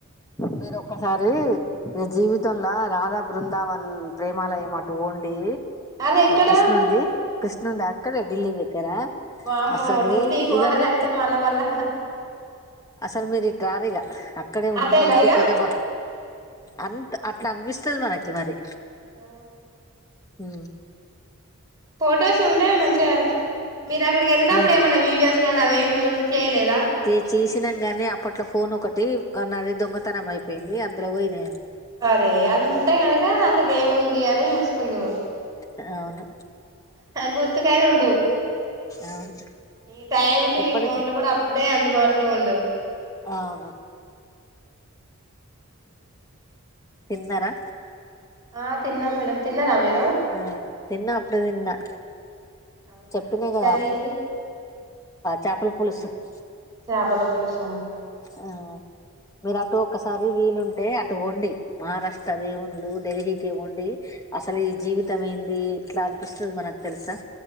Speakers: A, on the left; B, on the right.
A: మీరు ఒక్కసారి మీ జీవితంలో రాధా బృందావన్ ప్రేమలు ఏమటు ఉండి
B: అది ఎక్కడ
A: కృష్ణంది కృష్ణంద అక్కడ ఢల్ దగ్గరా
B: వామ్మో
A: అసలు
B: ఢిల్లీకి పోవాలంటే
A: ఇవన్నీ
B: మన వల్ల
A: అసలు మీరు ఈ టారీగా ఉ
B: అటేనా
A: ఉండిపోతే
B: ఇగ
A: బా అన్న అట్లా అనిపిస్తుంది మనకి మరి
B: ఆ
A: అఓ
B: ఫొటోస్ ఉంటాయి మంచిగా మీరు అక్కడ వెళ్ళినప్పుడు
A: ఆ
B: ఏమైన్నా వడియోస్ వేం జలు చేయలేదు
A: తె చ చిిన గాని అప్పట్లో ఫోన్ ఒకటి అన్నది దొంగతనం అయిపోయింది అందులో పోయినా
B: అరే అది ఉంటే కనుక అసలే ఏముంది అని చూసుకుందాము
A: అవును
B: గుర్తుకనే ఉంండవు
A: అవును
B: ఈ టైంకి
A: ఇప్పటికి
B: ఈ ఫోన్ లో కూడా అప్పుడే అందుబాటులో లో ఉండవు
A: అవును తిన్నారా
B: ఆ తిన్నాం మేడ తిన్ననుమెే
A: ఆ తిన్నా అప్పుడే తిన్నా
B: అవునా
A: చెప్పినాయి
B: ఏం
A: కదా
B: కర్రీ చేసిర్రు
A: చేపల పులుసు <inaudible>
B: చపాల పోలిస
A: ఆ మరాతో కసా అవి వీలుంటే అటు వండి మహారాష్ట్ర దేవుళ్లు ఢిల్హీకి వండి అసలు ఈ జీవితంైంది ఇట్లా అనిపిస్తుంది మనకు తెలుసా